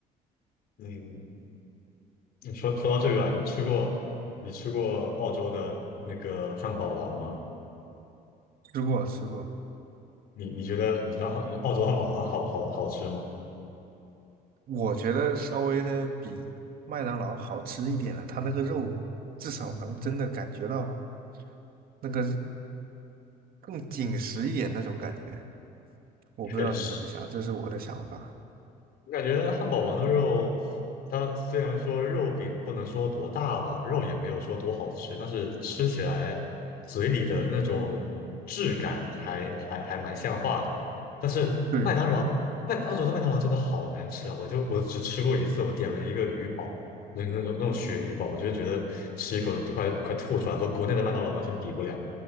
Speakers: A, on the left; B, on the right.
A: 嗯，你说说到这个啊，你吃过你吃过澳洲的那个汉堡王吗？
B: 吃过吃过。
A: 你你觉得你知道澳洲汉堡王好好好吃吗？
B: 我觉得稍微的比麦当劳好吃一点的，它那个肉至少能真的感觉到那个更紧实一点那种感觉。我不知道你怎么想，
A: 确实。
B: 这是我的想法。
A: 我感觉汉堡王的肉，它虽然说肉饼不能说多大吧，肉也没有说多好吃，但是吃起来嘴里的那种质感还还还蛮像话的。但是麦当劳，
B: 对，
A: 麦澳洲的麦当劳真的好难吃啊！我就我只吃过一次，我点了一个鱼堡，那那种那种鳕鱼堡，我就觉得吃一口都快快吐出来，和国内的麦当劳完全比不了。